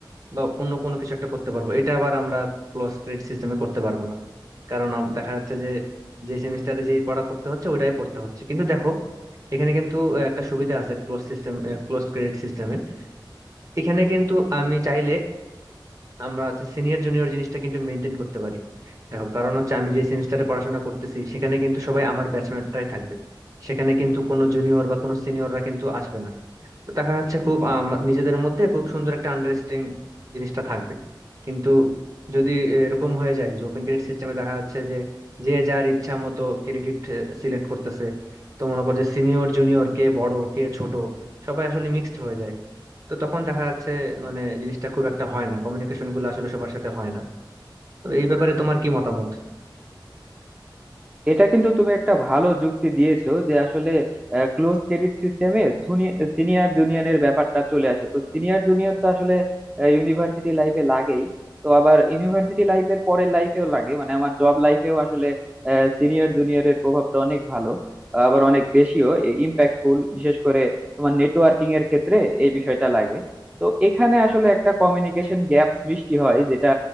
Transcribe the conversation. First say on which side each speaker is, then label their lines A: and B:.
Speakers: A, on the right (about 45°); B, on the right (about 15°).
A: বা অন্য কোনো কিছু একটা করতে পারবো এটা আবার আমরা ক্লোজ ক্রেডিট সিস্টেমে করতে পারবো না কারণ আম- দেখা যাচ্ছে যে যে সেমিস্টারে যেই পড়া পড়তে হচ্ছে ওটাই পড়তে হচ্ছে কিন্তু দেখো এখানে কিন্তু একটা সুবিধা আছে ক্লোজ সিস্টেম ক্লোজ ক্রেডিট সিস্টেমে এখানে কিন্তু আমি চাইলে আমরা হচ্ছে সিনিয়র জুনিয়র জিনিসটা কিন্তু মেনটেন করতে পারি দেখো কারণ হচ্ছে আমি যে সেমিস্টারে পড়াশোনা করতেছি সেখানে কিন্তু সবাই আমার ব্যাচমেটরাই থাকবে সেখানে কিন্তু কোনো জুনিয়র বা কোনো সিনিয়ররা কিন্তু আসবে না তো দেখা যাচ্ছে খুব আম, নিজেদের মধ্যে খুব সুন্দর একটা আন্ডারস্ট্যান্ডিং জিনিসটা থাকবে কিন্তু যদি এরকম হয়ে যায় যে ওপেন ক্রেডিট সিস্টেমে দেখা যাচ্ছে যে যে যার ইচ্ছা মতো ক্রেডিট সিলেক্ট করতেছে তো মনে কর যে সিনিয়র জুনিয়র কে বড় কে ছোট সবাই আসলে মিক্সড হয়ে যায় তো তখন দেখা যাচ্ছে মানে জিনিসটা খুব একটা হয় না কমিউনিকেশন গুলো আসলে সবার সাথে হয় না তো এই ব্যাপারে তোমার কি মতামত
B: এটা কিন্তু তুমি একটা ভালো যুক্তি দিয়েছো যে আসলে ক্লোজ ক্রেডিট সিস্টেমে সিনিয়র জুনিয়রের ব্যাপারটা চলে আসে তো সিনিয়র জুনিয়র তো আসলে ইউনিভার্সিটি লাইফে লাগেই তো আবার ইউনিভার্সিটি লাইফের পরের লাইফেও লাগে মানে আমার জব লাইফেও আসলে সিনিয়র জুনিয়রের প্রভাবটা অনেক ভালো আবার অনেক বেশিও ইম্প্যাক্টফুল বিশেষ করে তোমার নেটওয়ার্কিং এর ক্ষেত্রে এই বিষয়টা লাগে তো এখানে আসলে একটা কমিউনিকেশন গ্যাপ সৃষ্টি হয় যেটা